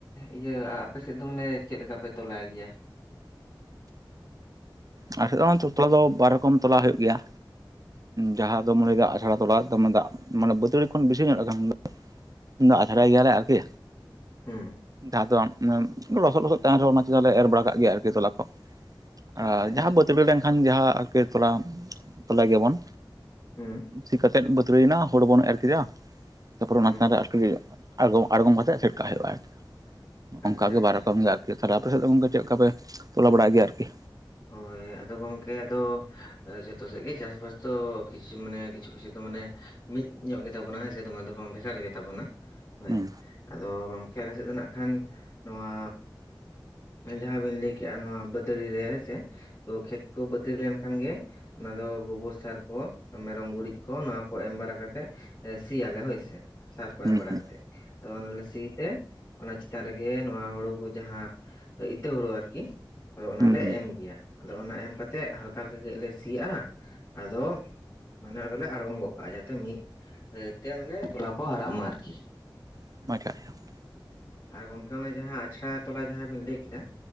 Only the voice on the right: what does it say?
ᱟᱞᱮᱥᱮᱫ ᱫᱚ ᱚᱱᱟ ᱛᱚ ᱛᱚᱞᱟ ᱫᱚ, ᱵᱟᱨ ᱨᱚᱠᱚᱢ ᱛᱚᱞᱟ ᱦᱳᱭᱳᱜ ᱜᱮᱭᱟ᱾ ᱡᱟᱦᱟᱸ ᱫᱚᱢ ᱞᱟᱹᱭ ᱫᱟᱜ ᱟᱪᱷᱟᱲᱟ ᱛᱚᱞᱟ, ᱫᱚᱢᱮ ᱫᱟᱜ ᱢᱟᱱᱮ ᱵᱟᱹᱛᱟᱹᱲᱤ ᱠᱷᱚᱱ ᱵᱤᱥᱤ ᱧᱚᱜ ᱞᱟᱜᱟᱜ᱾ ᱩᱱ ᱫᱚ ᱟᱪᱷᱟᱨᱟᱭ ᱜᱮᱭᱟᱞᱮ ᱟᱨᱠᱤ,
ᱡᱟᱦᱟᱸ ᱫᱚ, ᱞᱚᱥᱚᱫ ᱞᱚᱥᱚᱫ ᱛᱟᱦᱮᱱ ᱨᱮᱦᱚᱸ, ᱚᱱᱟ ᱪᱮᱛᱟᱱ ᱨᱮ ᱮᱨ ᱵᱟᱲᱟ ᱠᱟᱜ ᱜᱮ, ᱟᱨᱠᱤ ᱛᱚᱞᱟ ᱠᱚ ᱟᱨ
ᱵᱟᱹᱛᱟ. ᱲᱤ ᱞᱮᱱᱠᱷᱟᱱ ᱡᱟᱦᱟᱸᱠᱮ ᱛᱚᱞᱟ ᱛᱚᱞᱟ ᱜᱮᱵᱚᱱ
ᱪᱤ ᱠᱟᱹᱛᱮ, ᱩᱛᱩᱨᱟᱹᱭᱮᱱᱟ ᱦᱚᱲ ᱵᱚᱱ ᱮᱨ ᱠᱮᱫᱟ ᱛᱟᱯᱚᱨ
ᱚᱱᱟ ᱪᱮᱛᱟᱱ ᱟᱨᱠᱤ ᱟᱲᱜᱟᱢ ᱟᱲᱜᱚᱢ ᱠᱟᱛᱮᱜ ᱥᱮᱴᱠᱟᱜ ᱦᱟᱭᱚᱜᱼᱟ ᱟᱨᱠᱤ ᱚᱱᱠᱟ
ᱜᱮ
ᱵᱟᱨ ᱨᱚᱠᱚᱢ ᱜᱮ ᱛᱟᱦᱚᱞᱮ ᱟᱯᱮ ᱥᱮᱫ ᱜᱚᱝᱠᱮ ᱪᱮᱫ ᱞᱮᱠᱟ ᱯᱮ ᱛᱚᱞᱟ ᱵᱟᱲᱟᱭ ᱜᱮᱭᱟ ᱟᱨᱠᱤ?
ᱦᱩᱸ
ᱦᱩᱸ
ᱦᱩᱸ
ᱦᱩᱸ ᱦᱩᱸ
<unintelligible>